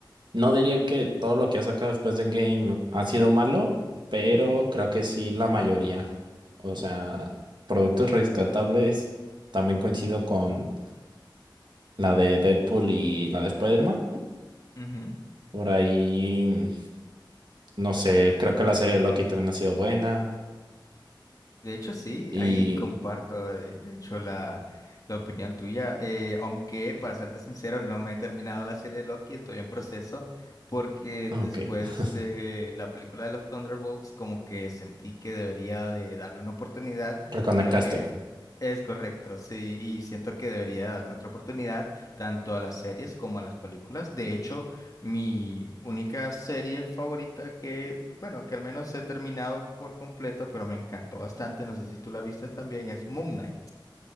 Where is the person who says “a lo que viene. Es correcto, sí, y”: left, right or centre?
Left